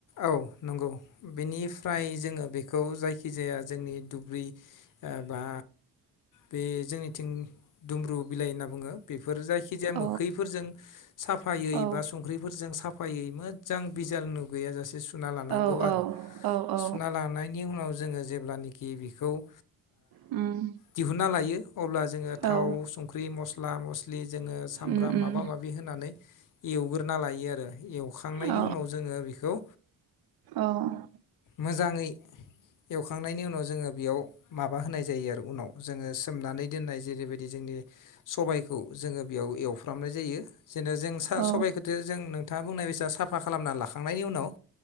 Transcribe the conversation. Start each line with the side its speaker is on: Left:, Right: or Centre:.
Left: औ नंगौ बेनिफ्राय जोङो बेखौ जायखि जाया जोंनि दुब्रि <inaudible> बा बे जोंनिथिं दुमब्रु बिलाइ होनना बुङो बेफोर जायखि जाया
Right: औ
Left: मोखैफोरजों साफायै
Right: औ
Left: बा संख्रिफोरजों साफायै मोजां बिजाल नुुब गैया जासे सुना लानांगौ
Right: औ
Left: आरो
Right: औ औ
Left: सुना लानायनि उनाव जोङो जेब्लानिखि बेखौ ओ
Right: उम
Left: दिहुन्ना लायो अब्ला जोङो थाव
Right: औ
Left: संख्रि मस्ला ला मसलिन जोङो सामब्राम
Right: उम उम
Left: माबा माबि होनानै एवग्रोना लायो आरो सुखांनायनि
Right: औ
Left: उनाव जोङो बेखौ गौ
Right: औ
Left: मोजाङै एवखांनायनि उनाव जोङो बेयाव माबा होनाय जायो आरो उनाव जोङो सोमनानै दोननाय जेरैबायदि जोंनि सबाइखौ जोङो बेयाव एवफ्रामनाय जायो जेनेनो जों
Right: औ
Left: सबाइखौथ जों नोंथाङा बुंनाय बायदि साफा खालामना लाखायो नायनि उनाव